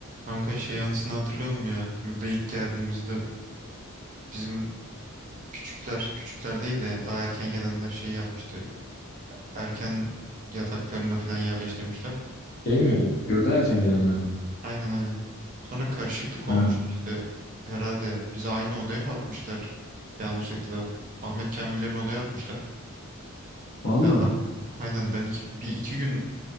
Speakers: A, on the right; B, on the left.
A: Kanka şey anısını hatırlıyor musun ya? Yurda ilk geldiğimizde bizim küçükler, küçükler değil de yani daha erken gelenler şey yapmıştı. Erken yataklarına falan yerleştirmişler.
B: Şey mi? Yurda erken gelenler mi?
A: Aynen aynen. Sonra karışıklık
B: Ha,
A: olmuştu işte. Herhalde bizi aynı odaya mı atmışlar? Yanlışlıkla. Ahmet Kamiller'in odaya atmışlar.
B: valla.
A: Ben ha- aynen ben iki, bir iki gün